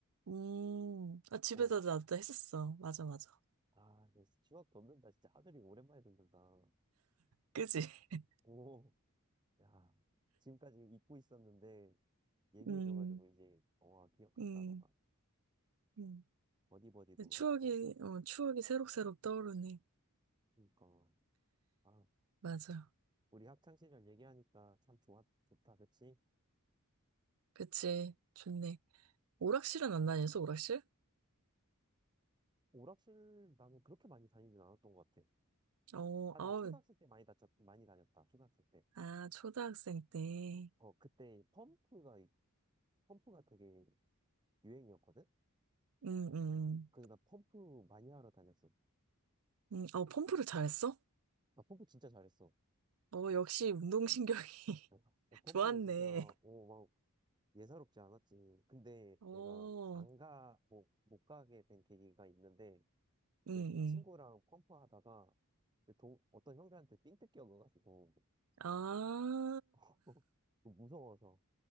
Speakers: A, on the right; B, on the right.
A: 음, 아, 집에서
B: 어.
A: 나도 했었어. 맞아, 맞아.
B: 아, 이거 추억 돋는다. 진짜 하두리 오랜만에 듣는다.
A: 그지? <laughs>
B: 오, 야. 지금까지 잊고 있었는데, 얘기해줘가지고
A: 음,
B: 이제, 와, 기억한다,
A: 음,
B: 나.
A: 음.
B: 버디버디도 그렇고.
A: 추억이, 어, 추억이 새록새록 떠오르네.
B: 그니까. 아,
A: 맞아.
B: 우리 학창시절 얘기하니까 참 좋아, 좋다, 그치?
A: 그치. 좋네. 오락실은 안 다녔어, 오락실?
B: 오락실 나는 그렇게 많이 다니진 않았던 것 같아.
A: 어,
B: 아,
A: 아우,
B: 나 초등학생 때 많이 다녔, 많이 다녔다, 초등학생 때.
A: 아, 초등학생 때.
B: 어, 그때 펌프가, 펌프가 되게 유행이었거든?
A: 음, 음, 음.
B: 그래서 나 펌프 많이 하러 다녔어.
A: 음, 어, 펌프를 잘했어?
B: 나 펌프 진짜 잘했어.
A: 어, 역시 운동신경이
B: 어, 나
A: <laughs>
B: 펌프는
A: 좋았네.
B: 진짜, 오, 막, 예사롭지 않았지. 근데
A: 어,
B: 내가 안 가, 뭐, 못 가게 된 계기가 있는데,
A: 응, 응.
B: 친구랑 펌프 하다가 그 동, 어떤 형들한테 삥 뜯겨 가지고
A: 아, <laughs>
B: <laughs> 무서워서